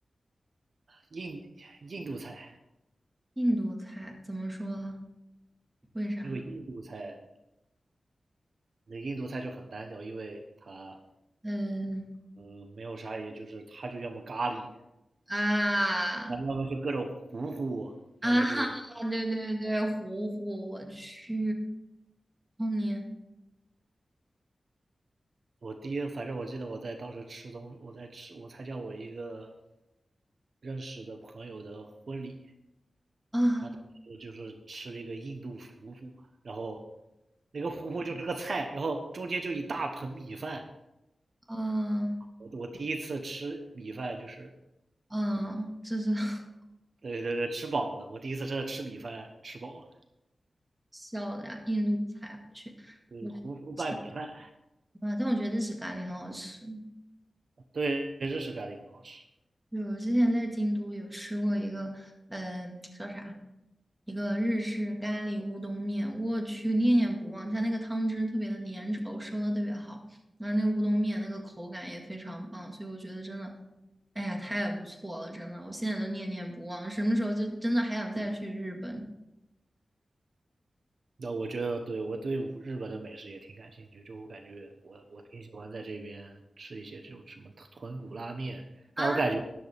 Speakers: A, on the right; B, on the right.
A: 印印度菜，
B: 印度菜怎么说？为啥？
A: 因为印度菜那印度菜就很单调，因为它
B: 嗯
A: 嗯、呃没有啥，也就是它就要么咖喱，
B: 啊
A: 啊，
B: <laughs>
A: 要么就各种糊糊，
B: 啊哈！
A: 要么就
B: 对对对，糊糊，我去，后年，
A: 我第一，反正我记得我在当时吃东，我在吃，我参加我一个认识的朋友的婚礼，
B: 啊
A: 他当时就是吃了一个印度糊糊，然后那个糊糊就是个菜，然后中间就一大盆米饭。
B: 啊
A: 我我第一次吃米饭就是，
B: 啊！这是 <laughs>
A: 对对对，吃饱了。我第一次真的吃米饭吃饱了，
B: 笑的呀，印度菜，我去，
A: 对，
B: 我去吃
A: 糊糊拌米饭，
B: 啊！但我觉得日式咖喱很好吃。
A: 对，日式咖喱很好吃。
B: 对，我之前在京都有吃过一个，嗯，叫啥？一个日式咖喱乌冬面，我去，念念不忘。它那个汤汁特别的粘稠，收的特别好，然后那乌冬面那个口感也非常棒，所以我觉得真的，哎呀，太不错了，真的，我现在都念念不忘。什么时候就真的还想再去日本
A: 那我觉得对我对日本的美食也挺感兴趣，就我感觉我我挺喜欢在这边吃一些这种什么豚骨拉面，
B: 啊？
A: 但我感觉